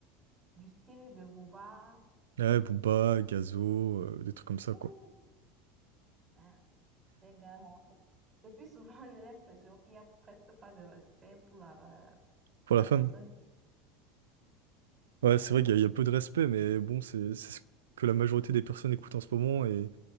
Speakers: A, on the right; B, on the right.
A: du style de Booba.
B: Ouais, Booba, Gazo, euh, des trucs comme ça,
A: Ouh,
B: quoi.
A: hein, ces gars Le plus souvent, <laughs> j'ai l'impression qu'il n'y a presque pas de respect pour la,
B: Pour
A: la
B: la femme.
A: personne.
B: Ouais, c'est vrai qu'il y, a il y a peu de respect, mais bon, c'est c'est ce que la majorité des personnes écoutent en ce moment, et,